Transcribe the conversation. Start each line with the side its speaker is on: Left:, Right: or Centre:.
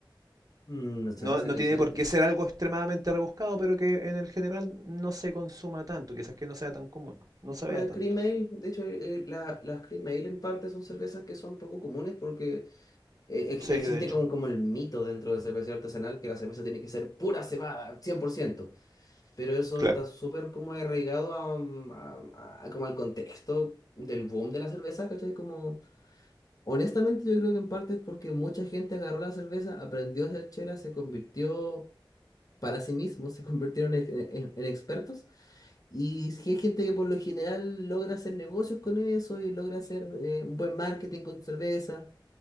Left: Mm, la cerveza
Right: No, no
Left: que
Right: tiene
Left: sea,
Right: por
Left: tío.
Right: qué ser algo extremadamente rebuscado, pero que en el general no se consuma tanto, quizás que no sea tan común, no se
Left: Una
Right: vea tanto.
Left: cream ale, de hecho, eh, la- las cream ale en parte son cervezas que son poco comunes porque e- e-
Right: Sí,
Left: Existe
Right: de hecho,
Left: como, como el mito dentro del cervecero artesanal que la cerveza tiene que ser pura cebada, cien por ciento pero eso
Right: claro.
Left: está súper como arraigado a, mm, a- a como al contexto del boom de la cerveza, ¿cachai? Como, honestamente yo creo que en parte es porque mucha gente agarró la cerveza, aprendió a hacer chela, se convirtió para sí mismo, se convirtieron en, en- en expertos y sí hay gente que por lo general logra hacer negocios con eso y logra hacer eh, un buen marketing con cerveza